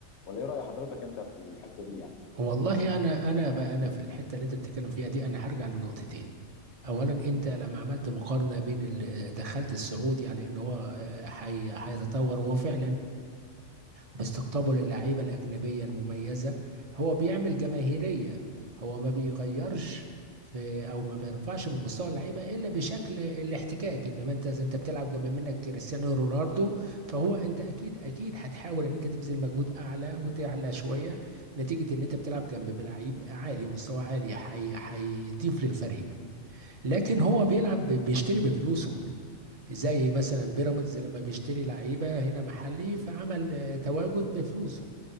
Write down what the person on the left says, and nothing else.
ولا ايه راي حضرتك انت في الحته دي يعني
مهم.